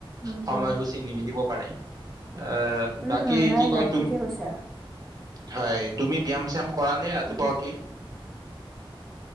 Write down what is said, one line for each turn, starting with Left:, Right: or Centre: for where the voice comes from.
Centre: উম
Right: সময়সূচী
Centre: উম
Right: নিমিলিব। পাৰে। আহ,
Centre: উম,
Right: বাকী
Centre: উম, নাই
Right: কি কয়
Centre: নাই
Right: তুম।
Centre: ঠিকে কৈছা।
Right: হয়। তুমি ব্যায়াম-শাম কৰা নে ৰাতিপুৱা
Centre: উম,
Right: উঠি।